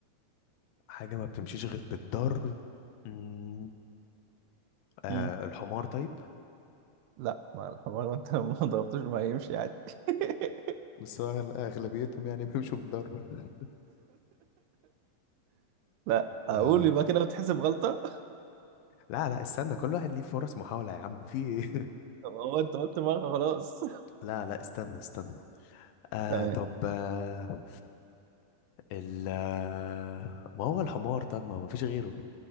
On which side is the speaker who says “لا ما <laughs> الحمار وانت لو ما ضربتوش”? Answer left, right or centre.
Right